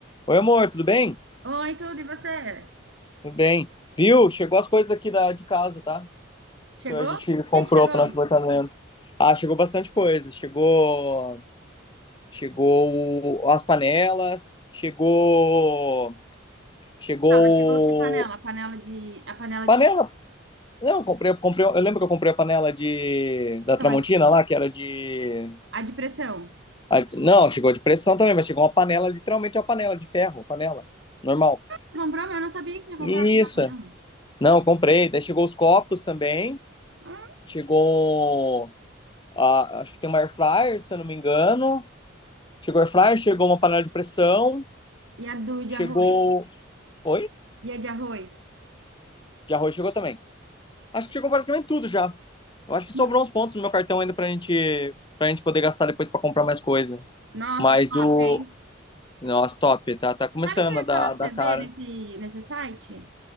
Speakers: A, on the left (about 25°); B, on the right (about 65°).
A: Oi, amor, tudo bem?
B: Oi, tudo, e você?
A: Tudo bem. Viu? Chegou as coisas aqui da, de casa, tá?
B: Chegou?
A: Que a gente comprou
B: Quem que chegou?
A: pro nosso apartamento. Ah, chegou bastante coisa. Chegou, chegou o- as panelas, chegou, chegou
B: Ah, mas chegou que panela? A panela de, a panela de
A: panela.
B: pressão,
A: Não, eu comprei, comprei, eu lembro que eu comprei a panela de da
B: a
A: Tramontina lá, que era de
B: a de pressão.
A: ah, Não, chegou de pressão também, mas chegou uma panela, literalmente uma panela de ferro, panela normal.
B: Você comprou, mas eu não sabia que você tinha comprado
A: Isso.
B: na panela.
A: Não, comprei. Daí chegou os copos também.
B: Hum?
A: chegou. a acho que tem uma air fryer, se eu não me engano. Chegou air fryer, chegou uma panela de pressão,
B: E a do de
A: chegou.
B: arroz?
A: Oi?
B: E a de arroz?
A: De arroz chegou também. Acho que chegou praticamente tudo já. Eu acho que sobrou
B: E o-
A: uns pontos no meu cartão ainda pra gente, pra gente poder gastar depois pra comprar mais coisa.
B: Nossa,
A: Mas
B: top,
A: o.
B: hein?
A: Nossa, top. Tá, tá começando
B: Sabe o que eu ia
A: a dar,
B: falar pra
A: dar
B: você ver
A: cara.
B: nesse, nesse site?